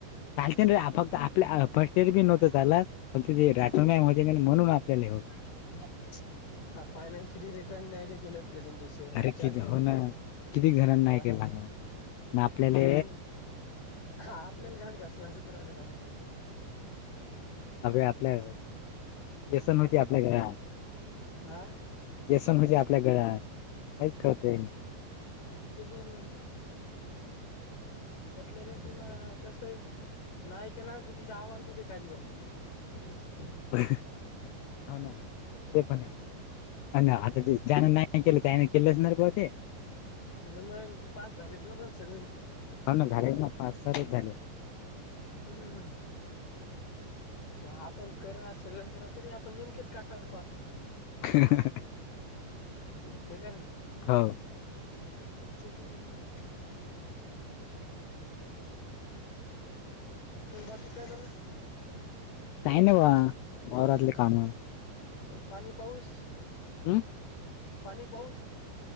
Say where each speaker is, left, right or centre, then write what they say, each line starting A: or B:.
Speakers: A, on the left; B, on the left.
A: चालते ना रे फक्त आपल्या बी नव्हं चालात पण त ते राठून का होते म्हणून आपल्याला हो.
B: अ ना किती रलेखड नाही केलं प्रेझेंटेशन.
A: अरे
B: वि चार
A: किती
B: कर
A: हो ना किती जणांना
B: हा
A: हे केलं लागणार ना आपल्याले
B: तेच म्ह. आपल्याला घाण घसूं करायच का बडलं.
A: अ आपल्या व्यसन होती आपल्या घरात.
B: आं
A: व्यसन म्हजे आपल्या घरात काहीच करतय नाही.
B: चस म्हनलेने. त्यातल्या तर तुन कसय नाही करात तिथे अहवालमध्येध्ये खली बा ह <unintelligible>
A: हा ना ते पण आहे
B: हम्म.
A: आ आता ते ज्यांना नाही केलं त्यांना आता केला असणार ते.
B: हो ना मग पास झालेच ना पण सगळे.
A: हो ना झाले ना पाच सारच झाले.
B: हम्म. आपण करा सगळं करा तरी आपण नेमकेच काठावर पासा.
A: <inaudible>
B: हे काय आणि
A: हो
B: तेच म्हणलं न बाकी काय चाल्लं
A: काय नाही भा वावरातले काम
B: पाणी पाऊस
A: हम्म
B: पाणी पाऊस